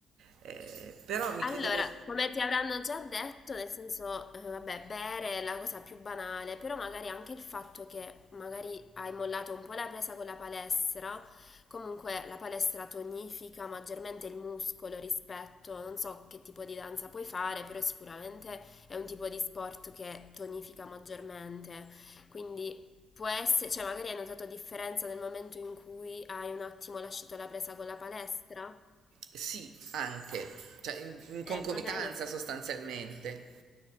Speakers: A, on the right (about 65°); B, on the left (about 40°).
A: Eh, però mi
B: Allora,
A: chiedevo...
B: come ti avranno già detto, nel senso, eh, vabbè, bere è la cosa più banale, però magari anche il fatto che magari hai mollato un po' la presa con la palestra, comunque la palestra tonifica maggiormente il muscolo rispetto, non so che tipo di danza puoi fare, però sicuramente è un tipo di sport che tonifica maggiormente. Quindi può essere, cioè magari hai notato differenza nel momento in cui hai un attimo lasciato la presa con la palestra?
A: Sì, anche. Cioè, in, in concomitanza
B: Eh, magari è-
A: sostanzialmente.